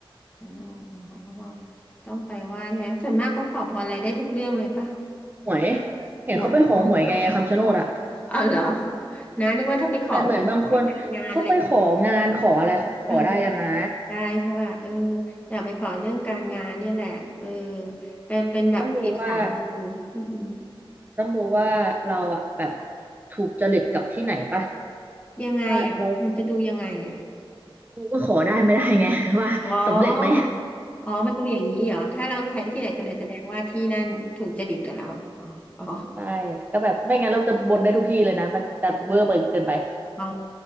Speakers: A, on the left (about 15°); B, on the right (about 20°).
A: สนุกอ๋อต้องไปไหว้ใช่ไหมส่วนมากเขาขอพรอะไรได้ทุกเรื่องเลยปะ
B: หวยเห็นเขาไปขอหวยกไงคำชะโนดอะ
A: หัวย <laughs> อ๋อเหรอนะนึกว่าถ้าไปขอ
B: แต่เหมือนบางคนเขาไปของานขออะไรเขาขอได้กันนะ
A: ให้การงานอะไรอย่างเงี้ยเออได้ใช่ป่ะเอออยากไปขอเรื่องการงานเนี่ยแหละเออเป็นเป็นแบบทริปสายมู
B: ต้องดูว่า
A: อืม
B: ต้องดูว่าเราอะแบบถูกจริตกับที่ไหนปะ
A: ยังไงอ่ะมันจะดูยังไงอ่ะ
B: ถ้าเราขอได้ดูว่าขอได้ไม่ได้ไง <laughs> ว่าสำเร็จไหม
A: อ๋อ อ๋อมันดูอย่างนี้เหรอ ถ้าเราใช้ที่ไหนสำเร็จแสดงว่าที่นั่นถูกจริตกับเราอ๋ออ๋อ
B: ใช่ก็แบบไม่งั้นเราจะบ่นได้ทุกที่เลยนะมันจะเวอร์ไปเกินไป
A: อ๋อ